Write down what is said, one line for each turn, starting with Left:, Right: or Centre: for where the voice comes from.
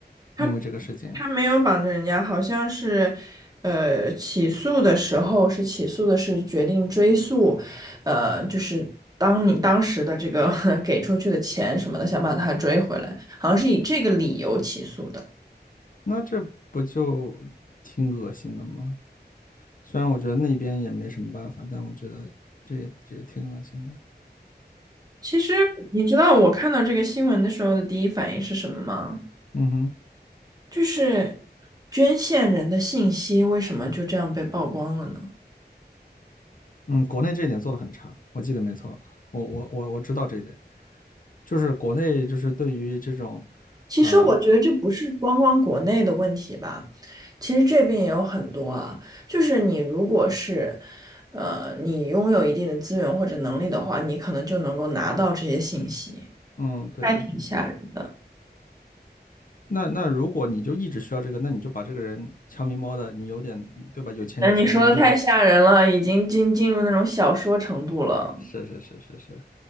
Right: 他。
Left: 因为这个事情，
Right: 他没有绑着人家，好像是，呃，起诉的时候是起诉的是决定追诉，呃，就是当你当时的这个 <laughs> 给出去的钱什么的，想把他追回来，好像是以这个理由起诉的。
Left: 那这不就挺恶心的吗？虽然我觉得那边也没什么办法，但我觉得这也这也挺恶心的。
Right: 其实你知道我看到这个新闻的时候的第一反应是什么吗？
Left: 嗯哼，
Right: 就是捐献人的信息为什么就这样被曝光了呢？
Left: 嗯，国内这一点做的很差，我记得没错，我我我我知道这一点，就是国内就是对于这种，
Right: 其实我觉得这不是光光国内的问题吧，
Left: 呃，
Right: 其实这边也有很多啊。就是你如果是，呃，你拥有一定的资源或者能力的话，你可能就能够拿到这些信息，
Left: 嗯，对啊，
Right: 还挺吓人的。
Left: 那那如果你就一直需要这个，那你就把这个人悄咪摸的，你有点对吧？有钱有权的，
Right: 嗯，你说的太吓人了，
Left: 你就把，
Right: 已经进进入那种小说程度了。
Left: 是是是是是，